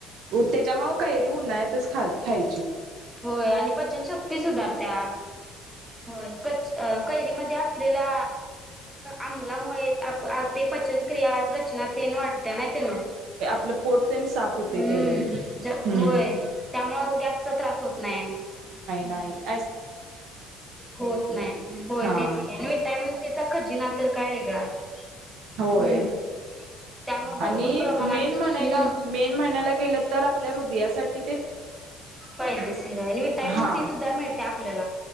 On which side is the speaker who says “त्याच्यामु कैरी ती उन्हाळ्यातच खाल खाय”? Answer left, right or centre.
Right